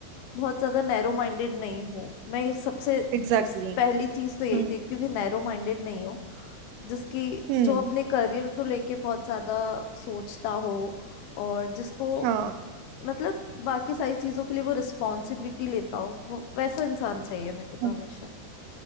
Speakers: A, on the left (about 75°); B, on the right (about 80°).
A: बहुत ज्यादा नैरो माइंडेड नहीं हो मैं ये सबसे
B: एग्ज़ैक्टली।
A: पहली चीज तो यही
B: हुँ,
A: देखती हूँ कि नैरो माइंडेड नहीं हो जिसकी
B: हुँ,
A: जो अपने करियर को लेके बहुत ज्यादा सोचता हो और जिसको
B: हाँ,
A: मतलब बाकी सारी चीजों के लिए वो रिस्पॉन्सिबिलिटी लेता हो वो वैसा इंसान चाहिए मेरे को तो
B: हाँ,
A: हमेशा